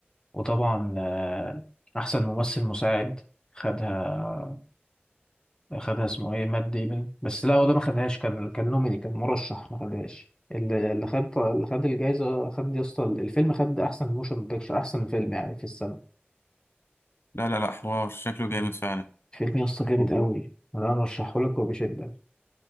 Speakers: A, on the left; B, on the left.
A: وطبعا آه، احسن ممثل مساعد خدها خدها اسمه ايه مات ديمن بس لا هو ده ما خدهاش كان كان نوميني كان مرشح ما خدهاش اللي اللي خد اللي خد الجائزه خد يا اسطى الفيلم خد احسن موشن بيكتشر احسن فيلم يعني في السنه
B: لا لا لا حوار شكله جامد
A: مم.
B: فعلا
A: فيلم يا اسطى جامد
B: و...
A: قوي انا ارشحه لك وبشده